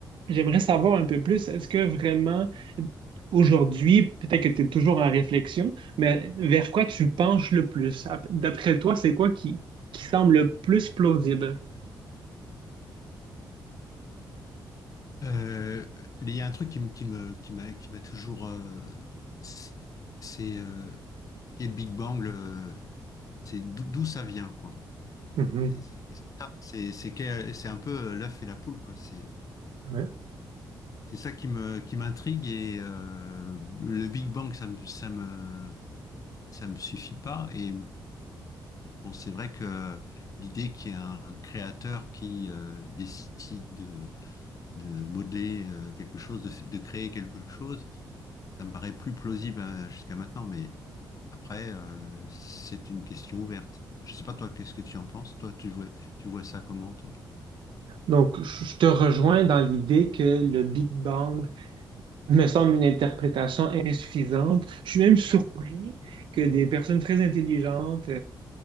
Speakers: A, on the right (about 75°); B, on the left (about 45°).
A: J'aimerais savoir un peu plus, est-ce que vraiment aujourd'hui, peut-être que tu es toujours en réflexion, mais vers quoi tu penches le plus? Ap- D'après toi, c'est quoi qui, qui semble le plus plausible?
B: Euh, il y a un truc qui, me- qui me, qui m'a, qui m'a toujours, euh, c'est, c'est, euh, qui est le Big Bang, le, c'est d'o- d'où ça vient, quoi.
A: Mhm,
B: C'est c'est ça, c'est c'est que- c'est un peu euh, l'œuf et la poule, quoi. C'est
A: ouais.
B: c'est ça qui me, qui m'intrigue et euh, le Big Bang, ça me, ça me, ça me suffit pas. Et bon, c'est vrai que l'idée qu'il y ait un, un créateur qui euh, décide de, de modeler euh, quelque chose, de, de créer quelque chose. Ça me paraît plus plausible euh, jusqu'à maintenant, mais après, euh, c'est une question ouverte. Je sais pas, toi, qu'est-ce que tu en penses? Toi, tu vois, tu vois ça comment, toi?
A: Donc, je je te rejoins dans l'idée que le Big Bang me semble une interprétation insuffisante. Je suis même surpris que des personnes très intelligentes